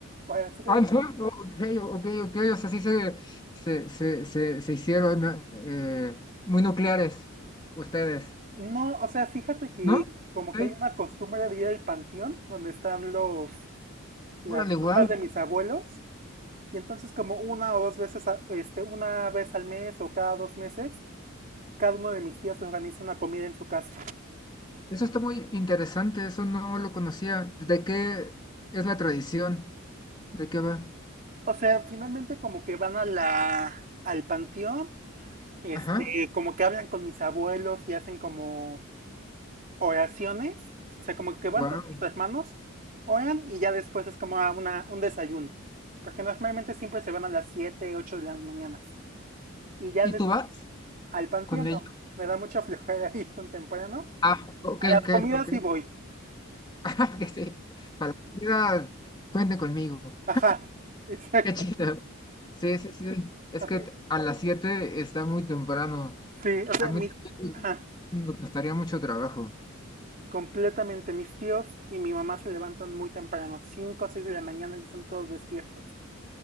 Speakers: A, on the right; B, on the left.
A: para hacer.
B: Ah, fue- ok, ok, ok, o sea, sí se, se, se, se, se hicieron eh, muy nucleares ustedes,
A: No, o sea, fíjate que
B: ¿no?
A: como
B: Ok,
A: que hay una costumbre de ir al panteón donde están los las
B: Órale,
A: tumbas
B: wow,
A: de mis abuelos y entonces como una o dos veces, a- este, una vez al mes o cada dos meses, cada uno de mis tías organiza una comida en su casa.
B: eso está muy interesante, eso no lo conocía. ¿De qué es la tradición? ¿De qué va?
A: O sea, finalmente como que van a la al panteón, este,
B: Ajá,
A: como que hablan con mis abuelos y hacen como oraciones, o sea, como que van
B: wow.
A: todos los hermanos, oran y ya después es como a una, un desayuno, porque normalmente siempre se van a las 7, 8 de las mañanas y ya
B: ¿Y
A: des-
B: tú vas
A: al panteón,
B: con ellos?
A: no, me da mucha flojera <laughs> ir tan temprano,
B: Ah, ok,
A: a las
B: ok,
A: comidas
B: ok. <laughs>
A: sí voy,
B: Ah, que sí, para la comida, cuente conmigo.
A: ajá, exacto,
B: Qué chido. Sí, sí, sí, es
A: así,
B: que a las 7 está muy temprano.
A: sí, o sea,
B: A mí
A: mi,
B: también
A: ajá,
B: me costaría mucho trabajo.
A: completamente, mis tíos y mi mamá se levantan muy temprano, 5, o 6 de la mañana y están todos despiertos.